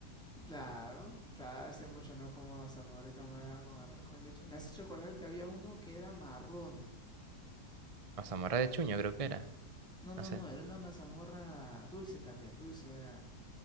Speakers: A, in the centre; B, on the right.
A: Claro, claro, hace mucho no como mazamorrita morada con arroz con leche. Me has hecho acordar que había uno que era marrón.
B: Mazamorra de chuño, creo que era.
A: No, no,
B: No sé.
A: no, era una mazamorra dulce también, dulce era